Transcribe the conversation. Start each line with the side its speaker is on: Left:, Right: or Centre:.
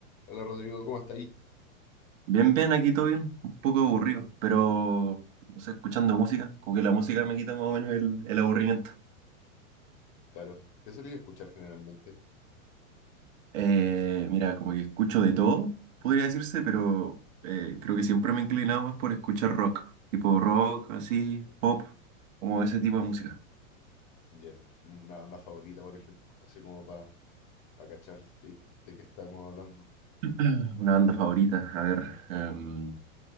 Left: Hola Rodrigo, ¿cómo está ahí?
Right: Bien, bien, aquí todo bien, un poco aburrido, pero no sé, escuchando música, como que la música me quita más o menos el, el aburrimiento.
Left: Claro, ¿qué solía escuchar generalmente?
Right: Eh, mira, como que escucho de todo, podría decirse, pero eh, creo que siempre me he inclinado más por escuchar rock, tipo rock, así, pop, como ese tipo de música.
Left: Ya, Una banda favorita, por ejemplo, así como para cachar que- de qué estamos hablando.
Right: <clears throat> Una banda favorita, a ver, em,